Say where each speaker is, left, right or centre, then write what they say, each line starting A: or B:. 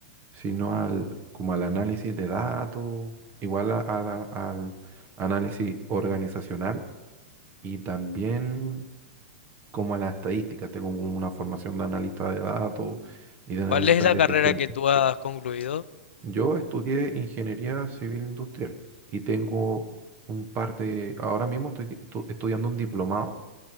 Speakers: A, on the right; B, on the left.
A: sino al, como al análisis de datos, igual a- a la- al análisis organizacional y también como a las estadísticas. Tengo una formación de analista de datos y de analista
B: ¿Cuál es la
A: de
B: carrera
A: gestión.
B: que tú has concluido?
A: Yo estudié ingeniería civil industrial y tengo un par de, ahora mismo estoy estu- estudiando un diplomado